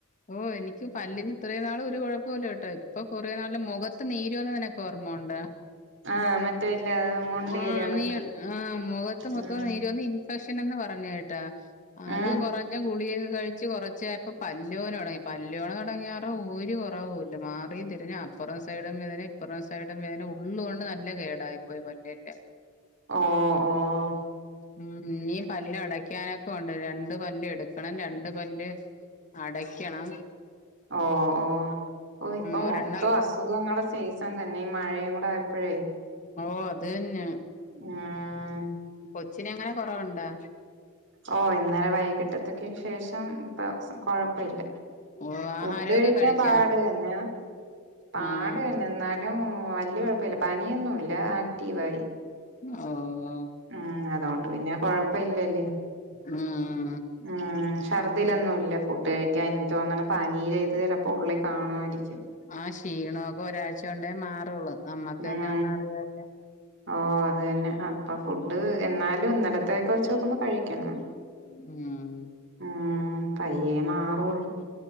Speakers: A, on the left (about 35°); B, on the right (about 60°).
A: ഓ എനിക്ക് പല്ലിന് ഇത്രയും നാള് ഒരു കുഴപ്പംമില്ല കേട്ടോ ഇപ്പൊ കൊറേ നാള് മുഖ ത്ത് നീരുവന്നതിനൊക്ക ഓർമ്മുണ്ടോ
B: ആഹ് മറ്റേ ഇല്ല മൊണ്ടേര്
A: ആഹ്
B: കണക്ക്
A: നീ ആഹ് മുഖത്ത് മൊത്തം
B: ഉം
A: നീര് വന്ന് ഇൻഫെക്ഷൻ എന്ന് പറഞ്ഞ കേട്ടാ അത്
B: ഉം
A: കുറഞ്ഞ ഗുളിയൊക്കെ കഴിച്ച് കൊറച്ച് ഞ ഇപ്പ പല്ല് ല്ലു വേതന തുടങ്ങി പല്ലയോണ തുടങ്ങിയാറോ ഒരു കുറവൂല്ല മാറിയും തിരിഞ്ഞും അപ്പറും സൈഡും വേദനയാ അപ്പറ സൈഡും വേദന ഉള്ളുകൊണ്ട് നല്ല കേടായി പോയി പല്ലിന്റെ
B: ഓഹ് ഓഹ്
A: ഉ ഈ പല്ല് അടക്കാനൊക്കെ ഉണ്ട് രണ്ട് പല്ല് എടുക്കണം രണ്ട് പല്ല് അടക്കണം
B: ഓ ഓ ഓ ഇപ്പൊ
A: ഒരെണ്ണം
B: മൊത്തം അസുഖങ്ങള സീസൺ തന്നെ ഈ മഴയും കൂടെ ആയപ്പോഴേ.
A: ഓ അത് തന്നെ
B: ഞാഹ്
A: കൊച്ചിന അങ്ങനെ കൊറവുണ്ടാ?
B: ഓ ഇന്നലെ വൈകിട്ടത്തേക്ക് ശേഷം ഇപ്പം കെ ഴപ്പില്ല
A: ഓ
B: ഫുഡ്
A: ആഹാരമൊക്കെ
B: കഴിക്കാൻ
A: കഴിച്ചാ
B: പാട് തന്നെയ പാട്
A: ഉം
B: തന്നെ എന്നാലും വലിയ കുഴപ്പമില്ല പനിയൊന്നുംല്ല ആക്റ്റീവായി.
A: ഓഹ്
B: ഉം അതുകൊണ്ട് പിന്നെ കൊഴപ്പ ഇല്ലല്ലേ
A: ഉം
B: ഉം ഛർദ്ദിലൊന്നുംല്ല ഫുഡ് കഴിക്കാൻ എനിക്കോന്നണ് പനീര് ഇത് ചെലപ്പോ ഉള്ളിൽ കാണുമായിരിക്കും.
A: ആഹ് ക്ഷീണമൊക്കെ ഒരാഴ്ച കൊണ്ടേ മാറുള്ളു നമ്മക്ക്
B: ഉം
A: തന്നെ വന്ന അറിയാല്ലോ
B: ഓ അത് തന്നെ അപ്പൊ ഫുഡ്
A: ഉം
B: എന്നാലും ഇന്നലത്തേക്കെ വെച്ച് നോക്കുമ്പോ കഴിക്കണം.
A: ഉം
B: ഉം പയ്യേ മാറുള്ളു